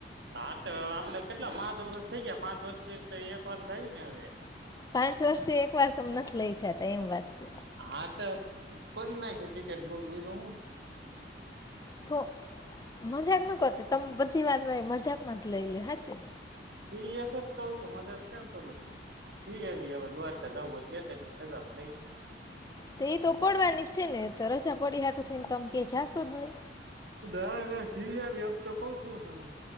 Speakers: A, on the right (about 65°); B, on the left (about 20°).
A: હા તો આપડે કેટલા પાંચ વર્ષ થઇ ગયા પાંચ વર્ષ અંયા પણ થય ને હવે.
B: પાંચ વર્ષથી એક વાર તમ નથ લઈ જતા એમ વાત સે.
A: હા તો કરી નાખ્યું ટિકિટ બુક બીધું હું.
B: તો મજાક ન કરતી તમે બધી વાત મારી મજાકમાં જ લઈ હાચે.
A: સીરિયસ જ કંવ છું મજાક ક્યાં કરું છું, જિઆવીએ હવે દ્વારકા જવું હોય તો બે ત્રણ <unintelligible> છે.
B: તો એ તો પડવાની જ છે ને તો રજા પડી હાટું થઈને તમે કે જાશો જ નય.
A: ના-ના જિઆવીએ એમ તો કંવ છું. શું તમે.